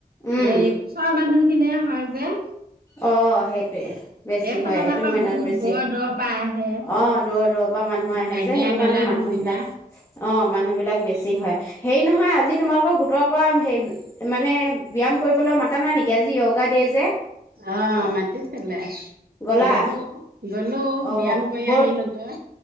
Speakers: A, on the left; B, on the right.
A: উম
B: এই ওচৰৰ মানুহ খিনিয়ে হয় যে।
A: অহ, সেইটোৱে বেছি
B: এইখনত
A: হয়, এইটো
B: আকৌ
A: মেলাত
B: বহুত
A: বেছি।
B: দূৰৰ দূৰৰ পৰা আহে
A: অহ, দূৰত-দূৰত পৰা মানুহে আহে
B: বাঙিয়া
A: যে সেইটো
B: মেলা
A: কাৰণে মানুহবিলাক
B: নিচিনা
A: অহ, মানুহবিলাক বেছি হয়। হেৰি নহয়, আজি তোমালোকৰ গোটৰ পৰা হেৰি মানে ব্যায়াম কৰিবলৈ মাতা নাই নেকি? আজি য়োগা দে যে।
B: অহ, মাত মাতিছিলে,
A: গ'লা
B: গলোঁ-গলোঁ
A: অ
B: ব্যায়াম কৰি
A: বৰ
B: আহিলো গৈ।